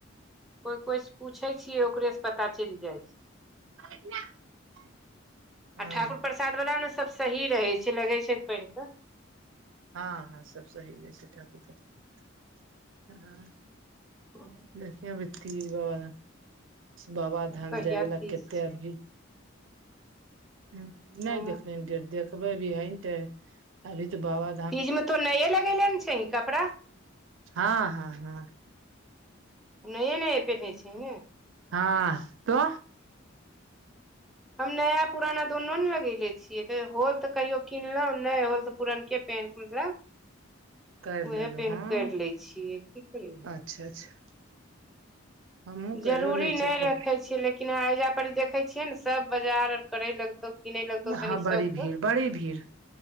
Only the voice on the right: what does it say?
<inaudible> हँ
हँ हँ सब सही रहै छै ठाकुर प्रसाद <unintelligible>
देखियौ अभी तीज बाबा बाबा धाम
जाय वला
कते
अभी ह नय
देखले डेट देखबै अभी हय अभी तऽ बाबा
हँ हँ हँ
हा तो
करि
लेलहु
हँ
अच्छा अच्छा हमहुँ करियो
लै छियै
कोइ
हँ बड़ी
भीड़ बड़ी भीड़